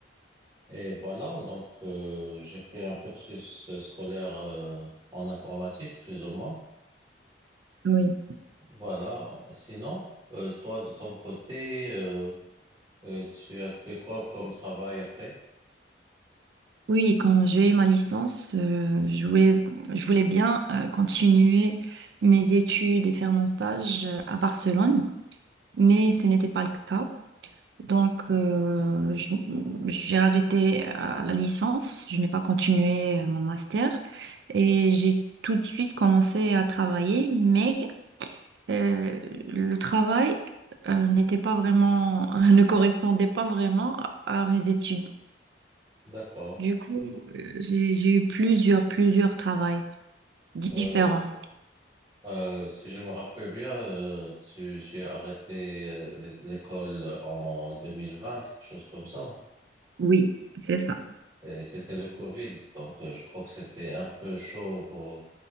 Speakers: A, on the right; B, on the right.
A: Et voilà, donc euh, j'ai fait un cursus euh, scolaire euh, en informatique, plus ou moins.
B: Oui.
A: Voilà. Sinon, euh, toi, de ton côté, euh, euh, tu as fait quoi comme travail après?
B: Oui, quand j'ai eu ma licence, euh, je voulais, je voulais bien euh, continuer mes études et faire mon stage euh, à Barcelone, mais ce n'était pas le cas. Donc, euh, je- j'ai arrêté à la licence, je n'ai pas continué euh, mon master et j'ai tout de suite commencé à travailler, mais euh, le travail euh, n'était pas vraiment, <laughs> ne correspondait pas vraiment à à mes études.
A: D'accord.
B: Du coup, euh, j'ai j'ai eu plusieurs, plusieurs travails différents.
A: Euh, euh, si je me rappelle bien, euh, tu, tu as arrêté euh, l'é- l'école en 2020, quelque chose comme ça.
B: Oui, c'est ça.
A: Et c'était le Covid, donc euh, je crois que c'était un peu chaud pour...